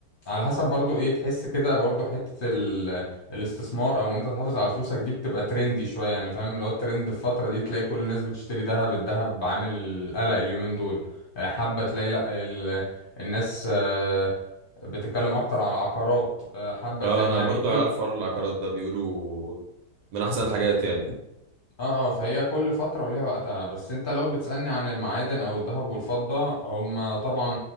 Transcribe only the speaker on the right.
اه
انا
برضو
عارف حوار العقارات ده بيقولوا من احسن الحاجات يعني